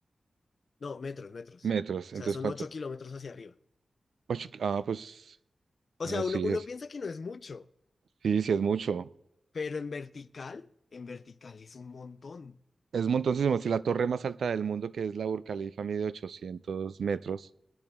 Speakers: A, on the left (about 50°); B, on the right (about 85°).
A: No, metros, metros.
B: Metros, entonces,
A: O sea, son
B: ¿cuánto?
A: 8 kilómetros hacia arriba.
B: Ocho... Ah, pues,
A: O
B: bueno,
A: sea,
B: sí,
A: uno, uno
B: es...
A: piensa que no es mucho.
B: sí, sí, es mucho.
A: Pero en vertical, en vertical es un montón.
B: Es montoncísimo. Si la torre más alta del mundo, que es la Burj Khalifa, mide 800 metros,